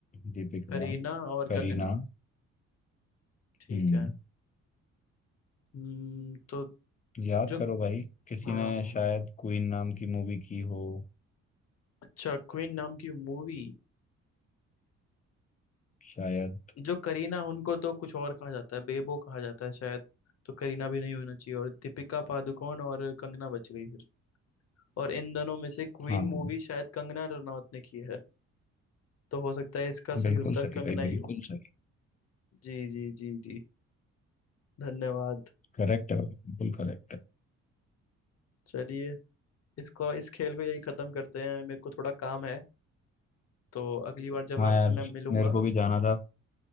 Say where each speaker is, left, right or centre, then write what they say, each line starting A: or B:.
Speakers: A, on the left; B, on the left.
A: दीपिका
B: करीना और
A: करीना
B: कंगना ठीक
A: हम्म
B: है हम्म तो
A: याद
B: जो
A: करो भाई किसी
B: हाँ
A: ने शायद क्वीन नाम की मूवी की हो
B: अच्छा क्वीन नाम की मूवी
A: शायद
B: जो करीना उनको तो कुछ और कहा जाता है बेबो कहा जाता है शायद तो करीना भी नहीं होना चाहिए और दीपिका पादुकोण और कंगना बच गई फिर और इन दोनों में से क्वीन
A: हाँ
B: मूवी शायद कंगना रनौत ने की है तो हो सकता है इसका सही
A: बिल्कुल
B: उत्तर
A: सही
B: कंगना
A: भाई
B: ही
A: बिल्कुल
B: हो
A: सही
B: जी जी जी जी धन्यवाद
A: करेक्ट है भाई बिल्कुल करेक्ट है
B: चलिए इसको इस खेल को यही खत्म करते हैं मेरे को थोड़ा काम है तो अगली बार जब
A: हाँ
B: आपसे
A: यार
B: मैं मिलूंगा
A: मेरे को भी जाना था